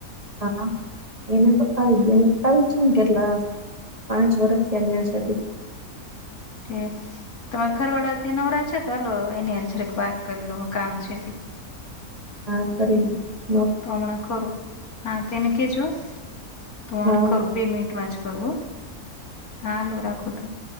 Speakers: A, on the right; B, on the left.
A: હા એને પ્પાવ એને પ્પાવ છે ને કેટલા પાંચ વર્ષથી ન્યા છે તી
B: ઠીક તમારે ઘરવાડા તય નવરા છે તો હાલો એની હારે જરીક વાત કરી લવ કામ છે તી
A: હા કરીશ લ્યો
B: તો હમણાં કરું હા તેને કેજો તો હ
A: હા
B: કરું બે મિનટ જ કરું હો હાલ રાખો તો